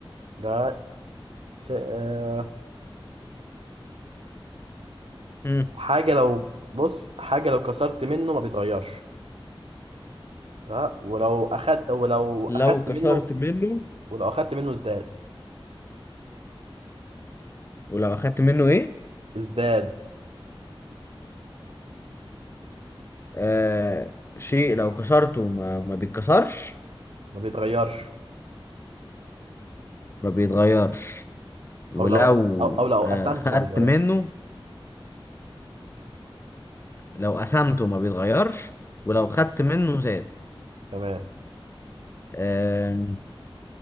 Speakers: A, on the right (about 85°); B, on the left (about 25°).
A: لا س... آه،
B: مم.
A: حاجة لو بص حاجة لو كسرت منه ما بيتغيرش ها ولو اخدت ولو
B: لو
A: اخدت
B: كسرت
A: منه
B: منه
A: ولو اخدت منه ازداد
B: ولو أخدت منه ايه؟
A: ازداد
B: آه شيء لو كسرته ما, ما بيتكسرش
A: ما بيتغيرش
B: ما بيتغيرش ولو
A: او لو أس... أو... او لو
B: آه
A: قسمته
B: خدت
A: ما بيتغيرش
B: منه لو قسمته ما بيتغيرش ولو خدت منه زاد
A: تمام
B: آه